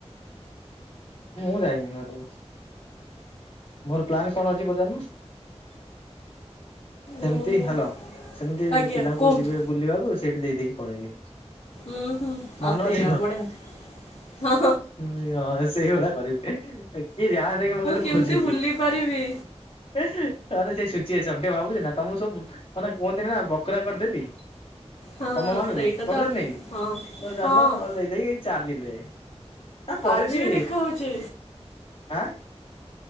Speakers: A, on the left; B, on the left.
A: ମୁଁ ଯାଇନି ଘରକୁ ମୋର ପ୍ଲାନ କଣ ଅଛି ପଚାରୁନ? ସେମତି
B: ଉଁ ହୁଁ
A: ହ୍ୟାଲୋ, ସେମିତି
B: ଆଜ୍ଞା
A: ପିଲାଙ୍କୁ
B: କୁହନ୍ତୁ
A: ଯିବେ ବୁଲିବାକୁ ସେଇଠି ଦେଇଦେଇକି ପଳେଇ
B: ଉଁ ହୁଁ ଆଉ
A: ମନ
B: ସେଇଆ
A: ଅଛି ତ
B: ବଢ଼ିଆ ହଁ
A: ହଁ ସେଇଭଳିଆ କରିବି କିଏ ଯାଆନ୍ତା କି ମୁଁ ଖାଲି
B: କେମିତି
A: ଖୋଯିଚି। ତାର
B: ଭୁଲି ପାରିବି
A: ସେଇ ସି ସିଏ ସେମିତି ଭାବୁଛି ନା ତ ମୁଁ ସବୁ ମାନେ କୁହନ୍ତିନି ନା ବକରା କରିଦେଲି।
B: ହଁ
A: ତମ ମାନଙ୍କୁ
B: ସେଇଟା
A: କରିଦେବି
B: ତ
A: ନେଇକି
B: ହଁ
A: ତ ଚାଲୁନ
B: ହଁ
A: ତାପରେ ଦେଇଦେଇକି ଚାଲିଲେ। ଆ ପରେ
B: ଆଜି
A: ବି
B: ଦେଖା ହଉଚି
A: ଆଁ?